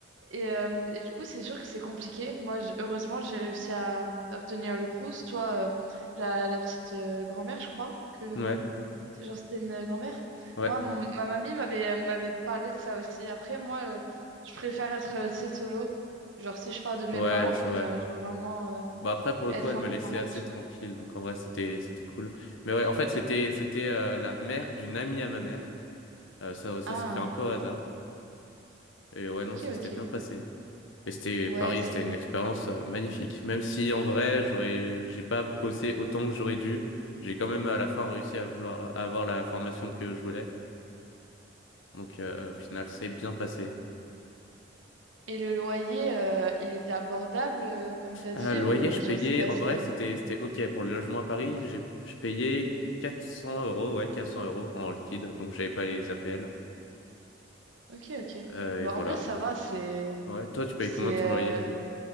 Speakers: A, on the right; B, on the left.
A: Et, euh, et du coup, c'est sûr que c'est compliqué. Moi, j- heureusement, j'ai réussi à euh, obtenir le Crous. Toi, euh, la, la petite euh, grand-mère, je crois que.
B: Ouais.
A: C'est genre, c'était une euh, grand-mère.
B: Ouais.
A: Moi, mon- ma mamie m'avait euh, m'avait parlé de ça aussi. Après, moi, euh, je préfère être, euh, tu sais, solo. Genre, si je parle de mes
B: Ouais,
A: parents, je
B: ça,
A: préfère
B: ouais.
A: genre, vraiment euh,
B: Bah après, pour le
A: être
B: coup, elle
A: indépendante.
B: me laissait assez tranquille. Donc en vrai, c'était c'était cool. Mais ouais, en fait, c'était c'était euh, la mère d'une amie à ma mère. Euh, ça ça
A: Ah,
B: s'est fait un peu au hasard. Et ouais,
A: ok,
B: non, ça s'était
A: ok.
B: bien passé. Et c'était
A: Ouais,
B: Paris,
A: c'est...
B: c'était une expérience euh, magnifique. Même si en vrai, j'aurais j'ai pas bossé autant que j'aurais dû, j'ai quand même à la fin réussi à vouloir à avoir la formation que je voulais. Donc euh, au final, c'est bien passé.
A: Et le loyer, euh, il était abordable, euh, comme t'as dit,
B: Euh, loyer,
A: ou
B: je
A: genre,
B: payais,
A: c'était assez...
B: en vrai,
A: euh,
B: c'était, c'était OK. Pour le logement à Paris, j'ai, je payais 400 euros, ouais, 400 euros en liquide, donc j'avais pas les APL.
A: Ok, ok.
B: Euh,
A: Bah,
B: et voilà.
A: en vrai, ça va, c'est...
B: Ouais, toi, tu payes
A: C'est...
B: combien ton
A: euh,
B: loyer?